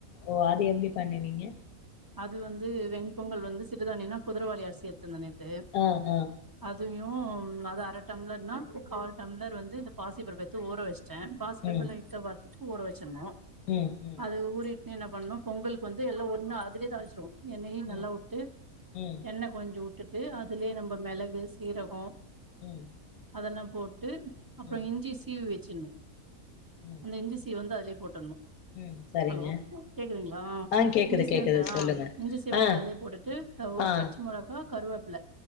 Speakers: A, on the left; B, on the right.
A: ஓ அது எப்டி பண்ணுவீங்க
B: அது வந்து வெண் பொங்கல் வந்து சிறுதாணினா குதுரவாளி அர்சி எட்த்திர்ந்த நேத்து
A: அ அ
B: அதையும் அத அர டம்ளர்னா கால் டம்ளர் வந்து இந்த பாசிப்பருப் எட்த்து ஊற வச்ட்டேன் பாஸ்பர்ப்ப
A: ம்
B: லைட்டா வர்த்துட்டு ஊற வச்சுர்னு
A: ம் ம்
B: அது ஊறி என்ன பண்ணூ பொங்கலுக் வந்து எல்லா ஒன்னா அதுலே தாள்ஸ்ருவோ எண்ணெயு
A: ம்
B: நல்லா
A: ம்
B: உட்டு
A: ம்
B: எண்ண கொஞ்சு உட்டுட்டு அதுலே நம்ப மெளகு சீரகோ
A: ம்
B: அதலா போட்டு அப்புறோ
A: ம்
B: இஞ்சி சீவி வச்சிர்ணு
A: ம்
B: அந்த இஞ்சி சீ வந்து அதுலே போட்டர்ணு
A: ம் சரிங்க.
B: ஹலோ கேக்குதுங்ளா
A: ஆ கேக்குது
B: இஞ்சி சீவந்தா
A: கேக்குது சொல்லுங்க.
B: இ்ஞ்சி சீவந்த
A: ஆ
B: அதுலே போட்டுட்டு க்க ஒரு
A: ஆ
B: பச்ச மொளகா கருவேப்பில